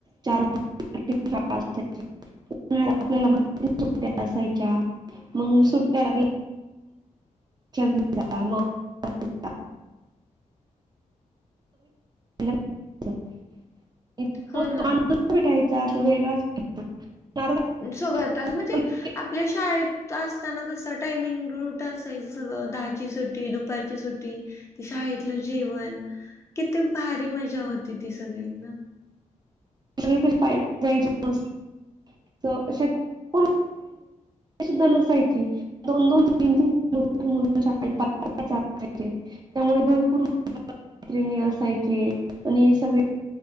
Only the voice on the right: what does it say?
चार. <inaudible> <unintelligible> सुट्टया असायच्या मंग सुट्टया लागलं चगदा मग. असं <unintelligible>
भेटायचा तो वेगळाच आता
तो
<unintelligible> अशे
सुद्धा नसायची. दोन-दोन, तीन-तीन <unintelligible> पत्रिका छापायचे. त्यामुळे भरपूर मैत्रिणी असायचे आणि हे सगळे